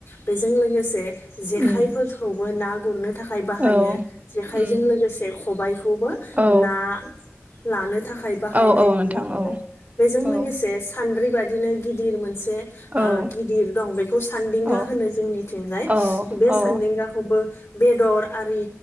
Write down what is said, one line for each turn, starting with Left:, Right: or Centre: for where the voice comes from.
Left: बेजों लोगोसे जेखायफोरखौबो
Right: उम
Left: ना गुरनो थाखाय बाहायो
Right: औ
Left: जेखायजों
Right: उम
Left: लोगोसे खबाइ खौबो
Right: औ
Left: ना लानो थाखाय बाहायनाय
Right: औ औ
Left: नुनो
Right: नोंथां
Left: मोनो
Right: औ
Left: बेजों
Right: औ
Left: लोगोसे सान्द्रि बादिनो गिदिर मोन से
Right: औ
Left: गिदिर दं बेखौ सान्दिंगा
Right: औ
Left: होनो जोंनिथिंजाय
Right: औ
Left: बे
Right: औ
Left: सान्दिंगाखौबो बेदर आरि